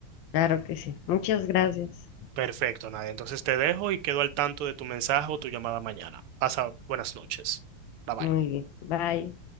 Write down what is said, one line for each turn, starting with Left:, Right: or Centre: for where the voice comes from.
Left: Claro que sí. Muchas gracias.
Right: Perfecto, Nadia. Entonces te dejo y quedo al tanto de tu mensaje o tu llamada mañana. Pasa buenas noches. Bye bye.
Left: Muy bien. Bye.